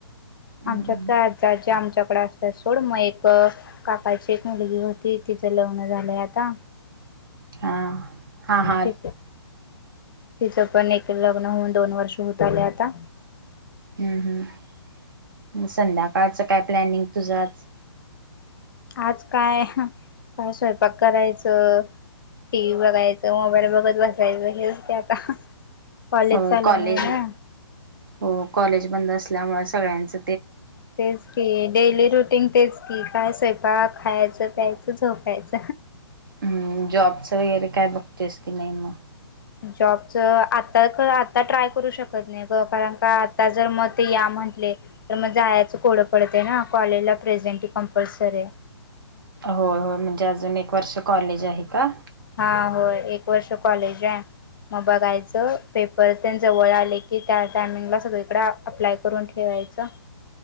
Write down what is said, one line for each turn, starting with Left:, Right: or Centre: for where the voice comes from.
Right: हम्म
Left: आमच्यात काय आ आम चकड असत सोड मग एक काकाची एक मुलगी होती तिचं लग्न झालंय आता
Right: हा हा हा
Left: तिच तिचं पण एक लग्न होऊन, दोन वर्ष होत आले आता.
Right: हम्म! संध्याकाळचं काय प्लॅनिंग तुझं आज?
Left: आज काय काय, स्वयंपाक करायचं? टी व्ही ब बघायचं, मोबाईल बघत बसायचं हेच कि, आता. कॉलेज
Right: होय
Left: चालू,
Right: कॉलेज
Left: नाहीय ना?
Right: हो कॉलेज बंद असल्यामुळे सगळ्यांच
Left: तेच की डेली रुटीन तेच की, काय स्वयंपाक खायचं . प्यायचं झोपायच.
Right: हम्म जॉबचं वगैरे काय बघतेस, की नाही मग?
Left: जॉबच आता आता ट्राय करू शकत, ना ही ग कारण का का आता जर मत या मह मग जायचं कोड पडतयं ना कॉलेजला प्रेझेंट कंपल्सरी ये.
Right: हो हो म्हणजे, अजून एक वर्ष कॉलेज. आहे का
Left: हा होय. एक वर्ष कॉलेज आहे. मग बघायचं पेपर तेन जवळी, आले की त्या टायमिंगला सगळीकडे अप्लाय करून ठेवा <unintelligible>